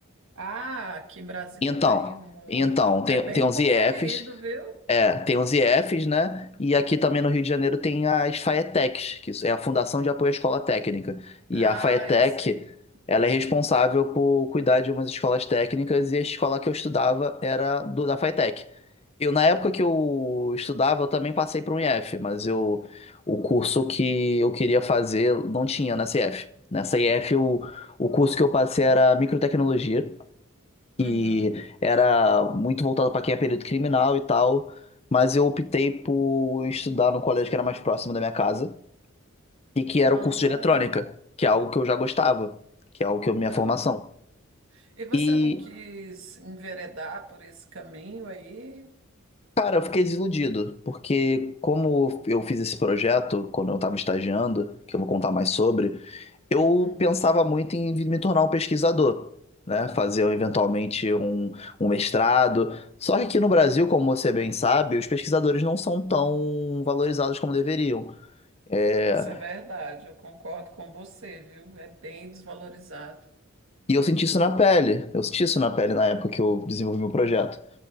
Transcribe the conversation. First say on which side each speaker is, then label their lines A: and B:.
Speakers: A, on the right; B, on the left.
A: Ah, aqui em Brasília
B: Então,
A: tem muito.
B: então tem,
A: É bem
B: tem os
A: concorrido,
B: IEFs
A: viu?
B: é, tem os IEFs, né? E aqui também no Rio de Janeiro tem as FAETECs, que isso é a Fundação de Apoio à Escola Técnica. E
A: Ah,
B: a FAETEC,
A: eu sei.
B: ela
A: Uhum.
B: é responsável por cuidar de umas escolas técnicas e a escola que eu estudava era do, da FAETEC. Eu, na época que eu estudava, eu também passei para um IF, mas eu, o curso que eu queria fazer não tinha nessa IF. Nessa IF, o, o curso que eu passei era Microtecnologia,
A: Uhum.
B: que era muito voltado para quem é período criminal e tal, mas eu optei por estudar num colégio que era mais próximo da minha casa e que era
A: Não.
B: o curso de eletrônica, que é algo que eu já gostava, que é algo que é a minha
A: Ah.
B: formação.
A: E você
B: E
A: não quis enveredar por esse caminho aí?
B: Cara, eu fiquei desiludido, porque como eu fiz esse projeto quando eu estava estagiando, que eu vou contar mais sobre, eu
A: Uhum.
B: pensava muito em vir me tornar um pesquisador, né? Fazer eventualmente um, um mestrado. Só que aqui no Brasil, como você bem sabe, os pesquisadores não são tão valorizados como deveriam. É,
A: Isso é verdade, eu concordo com você, viu? É bem desvalorizado.
B: E eu senti isso na pele, eu senti isso na pele na época que eu desenvolvi meu projeto.